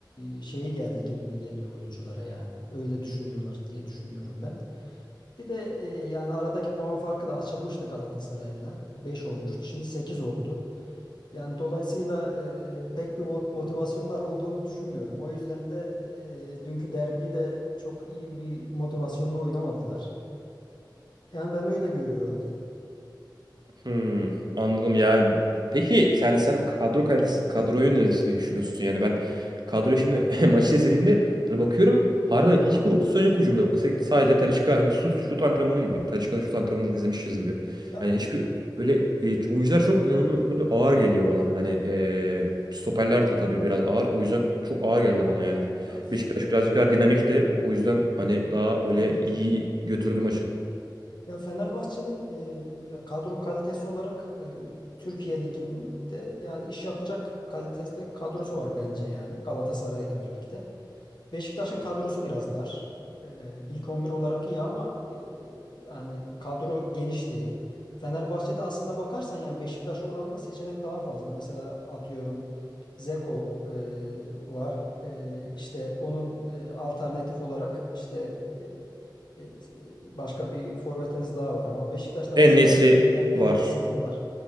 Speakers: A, on the left (about 65°); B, on the right (about 60°).
A: e, şeyi geldi gibime geliyor oyunculara yani. Öyle düşünüyorlar diye düşünüyorum ben. Bir de e, yani aradaki puan farkı da açılmıştı Galatasaray'la. 5 olmuştu. Şimdi 8 oldu. Yani dolayısıyla e, pek bir vo- motivasyonlar olduğunu düşünmüyorum. O yüzden de e, dünkü derbiyi de çok iyi bir motivasyonla oynamadılar. Yani ben öyle görüyorum.
B: Hmm, anladım ya. Peki yani sen kadro kalitesi kadroyu nasıl düşünüyorsun? Yani ben kadroyu şimdi <laughs> maçı izlediğimde hani bakıyorum harbiden hiçbir opsiyon yok hücumda. Sek- Sadece Talisca hani şut, şut antrenmanı gibi. Talisca'nın şut antrenmanını izlemişiz gibi.
A: Ya
B: Yani hiçbir böyle e, oyuncular çok inanılmaz böyle ağır geliyor bana. Hani e, stoperler de tabii biraz ağır. O yüzden çok ağır geldi bana yani.
A: ya f-
B: Beşiktaş birazcık daha dinamikti. O yüzden hani daha böyle
A: evet.
B: iyi götürdü maçı.
A: Ya Fenerbahçe'nin e, ya kadro kalitesi olarak e, Türkiye Ligi'nde yani iş yapacak kalitede kadrosu var bence yani Galatasaray'la birlikte. Beşiktaş'ın kadrosu biraz dar. Ee, ilk 11 olarak iyi ama e, yani kadro geniş değil. Fenerbahçe'de aslında bakarsan yani Beşiktaş oranla seçenek daha fazla. Mesela atıyorum Zeko e, var. E, işte onun e, alternatif olarak işte e, e, başka bir forvetiniz daha var. Ama Beşiktaş'ta
B: En-Nesyri
A: mesela En, En-Nesyri
B: var.
A: var.